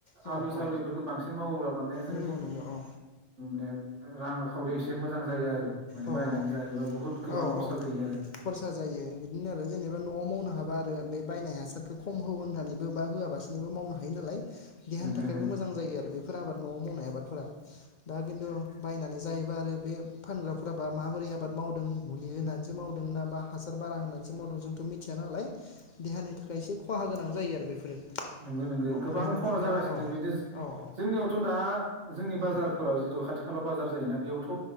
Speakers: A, on the left; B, on the right.
A: औ
B: आलु सालुफोरखौ
A: औ
B: बांसिन मावोब्ला माने जोंनि
A: नंगौ नंगौ औ
B: ने रांखावरियाव एसे मोजां जायो आरो माने
A: औ
B: बायनानै
A: औ
B: जायोबा बुहुत गोबां
A: औ
B: खरसा
A: औ
B: जायो आरो
A: खरसा जायो बिदिनो आरो जेनेबा न'आव मावनो हाबा आरो बे बायनाय हासारखौ खम होननानैबो बा होआबासिनोबो मावनो हायो नालाय देहानि
B: नंगौ
A: थाखायबो मोजां जायो आरो बेफोर आबाद न'वाव मावनाय आबादफोरा दा खिन्थु बायनानै जायोबा आरो बे फानग्रा फोराबा माबोरै आबाद मावदों मुलि होनानैसो मावदों ना बा हासार बारा होनानैसो मावदों जोंथ' मिथिया नालाय देहानि थाखाय एसे खहा गोनां जायो आरो बेफोरो
B: नंगौ नंगौ
A: औ
B: गोबां
A: ओरैनोथ'
B: खहा
A: दा
B: जागासिनो
A: औ
B: दं बिदि
A: औ औ
B: जोंनियावथ' दा जोंनि बाजारफोराव
A: उम
B: जिथु खाथि खाला बाजार जायोना बेयावथ'